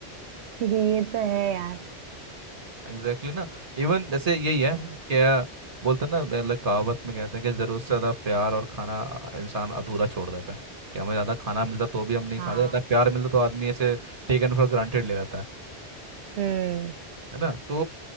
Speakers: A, on the right (about 80°); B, on the right (about 35°).
A: ये तो है यार
B: एग्जैक्टली exactly ना इवन जैसे यही है
A: हम्म,
B: क्या बोलते हैं ना मतलब कहावत में कहते हैं कि ज़रूरत से ज़्यादा प्यार और खाना इंसान अधूरा छोड़ देता है कि हमें ज़्यादा खाना मिलता तो भी हम नहीं
A: हाँ
B: खाते ज़्यादा प्यार मिलता तो आदमी ऐसे टेकन फॉर ग्रांटेड ले लेता है
A: हम्म
B: है ना तो